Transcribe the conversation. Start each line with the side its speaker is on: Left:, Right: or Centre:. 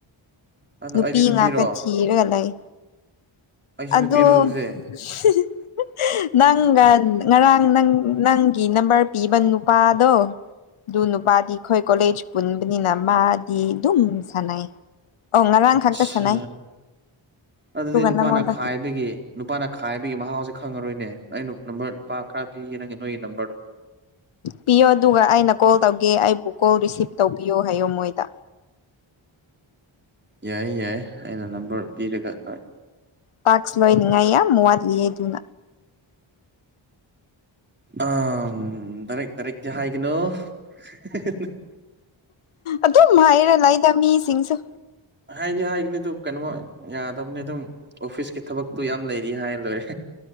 Right: ꯑꯗꯣ
Left: ꯅꯨꯄꯤ
Right: ꯑꯩꯗꯤ ꯅꯨꯄꯤꯔꯣ
Left: ꯉꯥꯛꯇ ꯊꯤꯔꯒ ꯂꯩ
Right: ꯑꯩꯁꯨ ꯅꯨꯄꯤꯔꯣ
Left: ꯑꯗꯣ <unintelligible>
Right: ꯑꯗꯨꯗꯤ
Left: ꯅꯪꯒ ꯉꯔꯥꯡ ꯅꯪ ꯅꯪꯒꯤ ꯅꯝꯕꯔ ꯄꯤꯕ ꯅꯨꯄꯥꯗꯣ ꯑꯗꯨ ꯅꯨꯄꯥꯗꯤ ꯑꯩꯈꯣꯏ ꯀꯣꯂꯦꯖ ꯄꯨꯟꯕꯅꯤꯅ ꯃꯥꯗꯤ ꯑꯗꯨꯝ ꯁꯥꯟꯅꯩ ꯑꯧ ꯉꯔꯥꯡ
Right: ꯑꯠꯁ
Left: ꯈꯛꯇ ꯁꯥꯟꯅꯩ
Right: ꯑꯗꯨꯗꯤ
Left: ꯑꯗꯨꯒ
Right: ꯅꯨꯄꯥꯅ
Left: ꯅꯪꯉꯣꯟꯗ
Right: ꯈꯥꯏꯕꯒꯤ ꯅꯨꯄꯥꯅ ꯈꯥꯏꯕꯒꯤ ꯃꯍꯥꯎꯖꯦ ꯈꯪꯉꯔꯣꯏꯅꯦ ꯑꯩꯅ ꯅꯝꯕꯔ ꯅꯨꯨꯄꯥ ꯈꯔ ꯄꯤꯒꯦ ꯅꯪꯒꯤ ꯅꯣꯏꯒꯤ ꯅꯝꯕꯔꯗꯣ
Left: ꯄꯤꯌꯣ ꯑꯗꯨꯒ ꯑꯩꯅ ꯀꯣꯜ ꯇꯧꯒꯦ ꯑꯩꯕꯨ ꯀꯣꯜ ꯔꯤꯁꯤꯞ ꯇꯧꯕꯤꯌꯣ ꯍꯥꯏꯌꯣ ꯃꯣꯏꯗ
Right: ꯌꯥꯏꯌꯦ ꯌꯥꯏꯌꯦ ꯑꯩꯅ ꯅꯝꯕꯔ ꯄꯤꯔꯒ ꯅꯣꯏ
Left: ꯄꯥꯛꯁ ꯂꯣꯏꯅꯤꯡꯉꯥꯏ ꯌꯥꯝ ꯋꯥꯠꯂꯤꯌꯦ ꯑꯗꯨꯅ
Right: ꯑꯝ ꯗꯥꯏꯔꯦꯛ ꯗꯥꯏꯔꯦꯛꯇꯤ ꯍꯥꯏꯒꯅꯨ <unintelligible>
Left: ꯑꯗꯨꯝ ꯍꯥꯏꯔ ꯂꯩꯗ ꯃꯤꯁꯤꯡꯁꯨ
Right: ꯍꯥꯏꯒꯤ ꯍꯥꯏꯒꯅꯤ ꯑꯗꯨꯝ ꯀꯩꯅꯣꯃ ꯌꯥꯗꯕꯅꯤ ꯑꯗꯨꯝ ꯑꯣꯐꯤꯁꯀꯤ ꯊꯕꯛꯇꯣ ꯌꯥꯝ ꯂꯩꯔꯤ ꯍꯥꯏ ꯂꯣꯏꯔꯦ